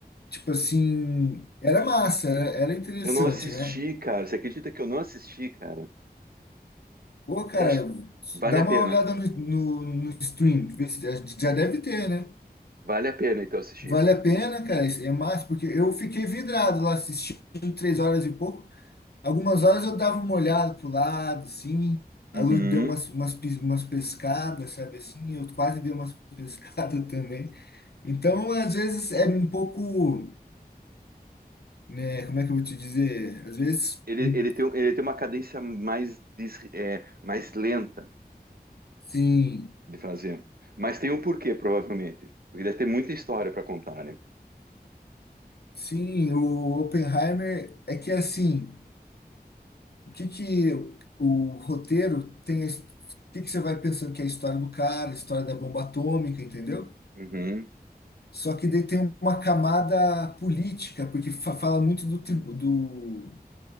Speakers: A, on the left; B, on the right.
A: Tipo assim, era massa, era, era interessante,
B: Eu não assisti,
A: né?
B: cara. Você acredita que eu não assisti, cara?
A: Pô, cara,
B: Você acha que vale
A: dá
B: a
A: uma
B: pena?
A: olhada no, no, no stream, vê se já, já deve ter, né?
B: Vale a pena, então, assistir.
A: Vale a pena, cara, é massa, porque eu fiquei vidrado lá assistindo três horas e pouco. Algumas horas eu dava uma olhada pro lado, assim, a
B: Uhum.
A: luz deu umas, umas, pis- umas pescadas, sabe assim? Eu quase dei umas <laughs> pescadas também. Então, às vezes é um pouco, né, como é que eu vou te dizer? Às vezes,
B: Ele,
A: hum,
B: ele tem, um- ele tem uma cadência mais, des- é, mais lenta
A: sim.
B: de fazer. Mas tem um porquê, provavelmente. Porque deve ter muita história para contar, né?
A: Sim, o Oppenheimer é que assim, o que que o roteiro tem, a his- o que que você vai pensando que é a história do cara, a história da bomba atômica, entendeu?
B: Uhum.
A: Só que daí tem uma camada política, porque fa- fala muito do, tribu- do